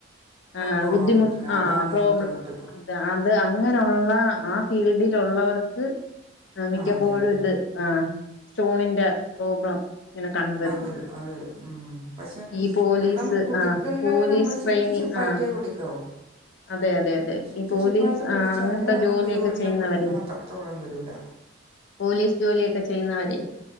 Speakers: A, on the left; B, on the right.
A: ആഹ്
B: പോകാൻ
A: ബുദ്ധിമു
B: പറ്റില്ല
A: ആ
B: അതാണ്
A: ഹ് പ്രോബ്
B: ബുദ്ധിമുട്ട്
A: ത് അത് അങ്ങനെയുള്ള ആഹ് ഫീൽഡിൽ ഉള്ളവർക്ക് മിക്കപ്പോഴും
B: ആ അതെ അതെ
A: ഇത് ആഹ് സ്റ്റോണിന്റെ പ്രോബ്ലം ഇങ്ങനെ കണ്ടുവരുന്നുണ്ട്.
B: അഹ് വരു അഹ് വരും ഉം പക്ഷെ
A: ഈ പോലീസ്
B: വെള്ളം കുടിക്കുന്നത്
A: ആഹ് പോലീസ്
B: നമ്മള്
A: ട്രെയിനി
B: സിപ് സിപ് ആയിട്ടേ
A: ആഹ്
B: കുടിക്കാവൂ
A: അതെ അതെ അതെ
B: സിപ്
A: ഈ പോലീസ്
B: സിപ് ആയിട്ട് കുടിച്ചാല്
A: ആഹ് അങ്ങനത്തെ
B: നമുക്ക്
A: ജോലിയൊക്കെ
B: യൂറിന്റെ
A: ചെയ്യുന്നവരെ
B: പ്രശ്നം അത്രത്തോളം വരൂല്ല
A: പോലീസ് ജോലിയൊക്കെ ചെയ്യുന്നവരെ